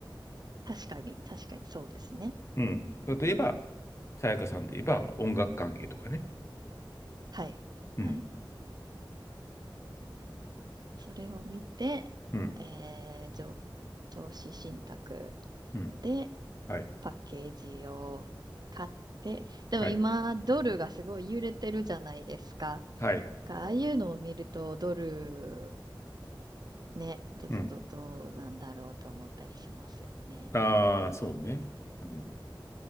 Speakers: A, on the right; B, on the left.
A: 確かに、確かにそうですね。
B: うん。例えば、
A: 確かに。
B: さやかさんで言えば音楽関係とかね。
A: はい。
B: うん。
A: はい。それを見て、
B: うん。
A: えー、上、投資信託。
B: うん。
A: で、
B: はい。
A: パッケージを買って、でも今、
B: はい。
A: ドルがすごい揺れてるじゃないですか。
B: はい。
A: がああいうのを見ると、ドル、ね、ど、
B: うん。
A: とどどうなんだろうと思ったりしますよね。
B: ああ、そうね。うん、